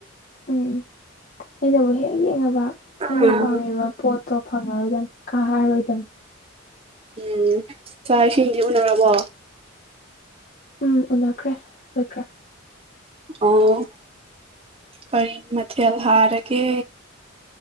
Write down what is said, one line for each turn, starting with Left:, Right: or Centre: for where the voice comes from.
Left: ꯎꯝ ꯑꯩꯅꯕꯨ ꯍꯦꯛ ꯌꯦꯡꯉꯕ ꯑꯩꯅ
Right: ꯎꯝ
Left: ꯄꯥꯝꯃꯤꯕ ꯄꯣꯠꯇꯣ ꯐꯪꯉꯔꯣꯏꯗꯝꯅꯦ ꯀꯥꯔꯔꯣꯏꯗꯝ
Right: ꯎꯝ ꯆꯥꯛ ꯏꯁꯤꯡꯗꯤ ꯎꯟꯅꯔꯕꯣ
Left: ꯎꯝ ꯎꯟꯅꯈ꯭ꯔꯦ ꯂꯣꯏꯈ꯭ꯔꯦ
Right: ꯑꯣ ꯀꯔꯤ ꯃꯊꯦꯜ ꯍꯥꯔꯒꯦ